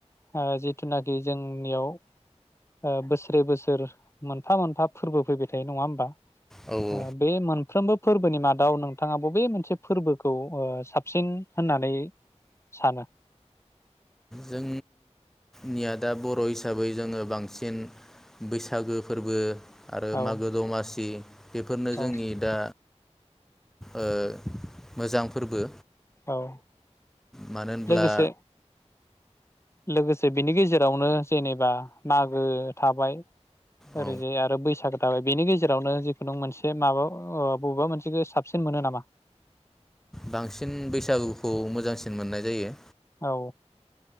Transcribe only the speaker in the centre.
औ औ
जों निया दा बर' हिसाबै जोङो बांसिन बैसागो फोरबो आरो
मागो दमासि बेफोरनो
जोंनि दा ओ मोजां फोरबो
मानो होनब्ला
औ
बांसिन बैसागुखौ मोजांसिन मोननाय जायो